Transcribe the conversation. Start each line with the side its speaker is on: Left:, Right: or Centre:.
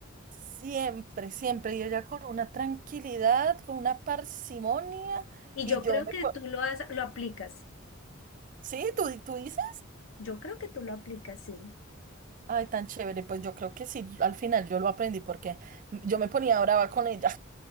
Right: Siempre, siempre. Y ella con una tranquilidad, con una parsimonia.
Left: Y
Right: Y
Left: yo
Right: yo
Left: creo
Right: me...
Left: que
Right: po-
Left: tú lo, has- lo aplicas.
Right: ¿Sí? ¿Tú, di- tú dices?
Left: Yo creo que tú lo aplicas, sí.
Right: Ay, tan chévere. Pues yo creo que sí, al final yo lo aprendí porque yo me ponía brava con ella